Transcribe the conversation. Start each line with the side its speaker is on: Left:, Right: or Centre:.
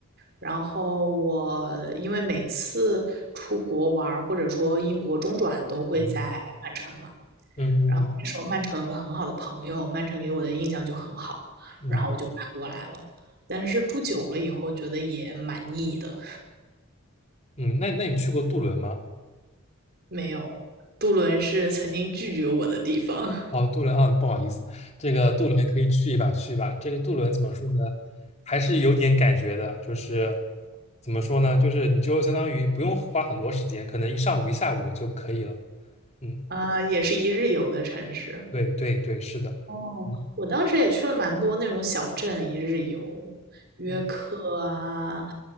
Right: 然后我因为每次出国玩儿或者说英国中转都会在曼城嘛，
Left: 嗯嗯嗯嗯
Right: 然后那时候曼城有个很好的朋友，曼城给我的印象就很好，
Left: 嗯，
Right: 然后我就搬过来了。
Left: 嗯
Right: 但是住久了以后，觉得也蛮腻的，
Left: 嗯那那你去过杜伦吗？
Right: 没有，杜伦是曾经拒绝我的地方。
Left: 哦，杜伦啊，不好意思，这个杜伦可以去一把去一把。这个杜伦怎么说呢？还是有点感觉的，就是怎么说呢？
Right: <laughs>
Left: 就是你就相当于不用花很多时间，可能一上午一下午就可以了。嗯，
Right: 啊，也是一日游的城市。
Left: 对对对，是的。
Right: 哦，
Left: 嗯。
Right: 我当时也去了蛮多那种小镇一日游，约克啊，
Left: 嗯